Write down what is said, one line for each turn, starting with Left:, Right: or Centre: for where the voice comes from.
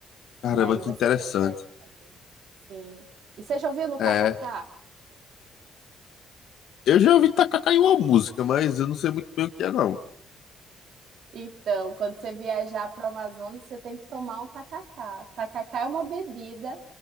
Left: Caramba,
Right: E aí
Left: que
Right: você
Left: interessante.
Right: consegue fazer. Sim. E você já ouviu no tacacá?
Left: É, eu já ouvi tacacá em uma música, mas eu não sei muito bem o que é não.
Right: Então, quando você viajar para o Amazonas, você tem que tomar um tacacá. Tacacá é uma bebida